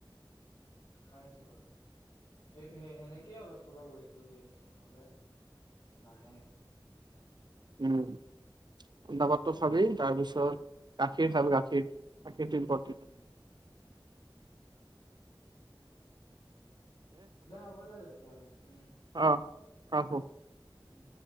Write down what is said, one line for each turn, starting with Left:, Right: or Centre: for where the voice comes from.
Left: খাই আছো বাৰু। সেই - সেই - সেনেকেই অলপ চলপ ৱেইটটো গেইন হৈছে নহ'লে নাহে।
Right: উম। পইতা ভাতটো খাবি তাৰ পিছত গাখীৰ খাবি গাখীৰ। গাখীৰটো ইম্পৰ্টেণ্ট
Left: উম। উম। উম। দে হ'ব দে তেতিয়াহলে। উম।
Right: অ অ
Left: উম।
Right: হ'ব
Left: উম।